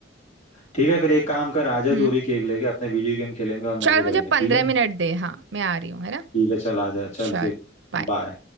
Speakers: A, on the left; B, on the right.
A: ठीक है फिर एक काम कर आजा
B: हम्म
A: तू अभी केक लेके अपने वीडियो गेम खेलेंगे और
B: चल
A: मजे करेंगे
B: मुझे पंद्रह
A: ठीक है ना?
B: मिनट दे हाँ मैं आ रही हूँ है ना
A: ठीक है चल आजा चल
B: चल
A: फिर
B: bye.
A: बाय